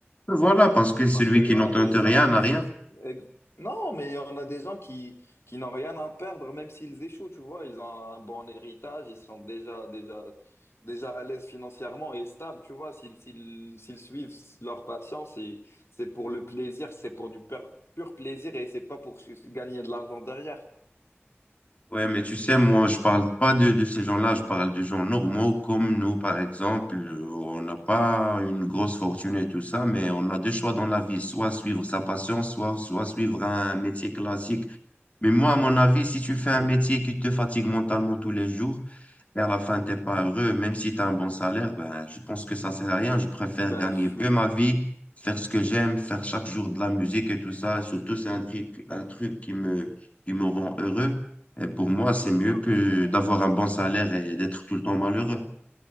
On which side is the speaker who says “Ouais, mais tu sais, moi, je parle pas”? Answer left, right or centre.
Left